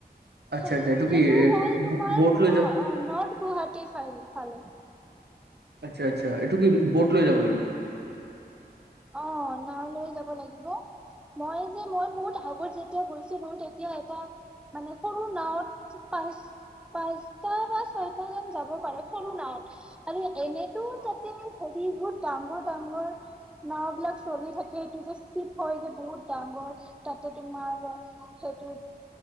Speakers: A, on the right; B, in the centre.
A: আচ্ছা
B: সে
A: আচ্ছা এইটো কি
B: সেইটো
A: এ
B: হ'ল তোমাৰ
A: ব'ট
B: ন
A: লৈ যা
B: নৰ্থ গুৱাহাটী। ফাইল ফালে
A: আচ্ছা আচ্ছা এইটো কি বৌট লৈ যাব লাগিব?
B: অ নাও লৈ যাব লাগিব মই যে মই বহুত আগত যেতিয়া গৈছিলো তেতিয়া এটা মানে সৰু নাওত পাঁচ পাঁচটা বা ছয়টা জন যাব পাৰে সৰু নাৱত আৰু এনেতো তাতে হেৰি বহুত ডাঙৰ ডাঙৰ নাওবিলাক চলি থাকে এইটো যে চিপ হয় যে বহুত ডাঙৰ তাতে তোমাৰ সেইটো